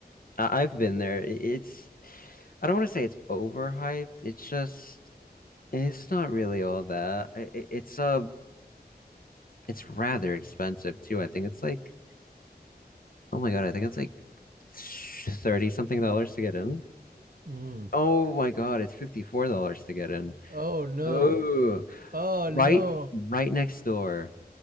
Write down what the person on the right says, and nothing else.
Mm.
Oh no.
Oh no.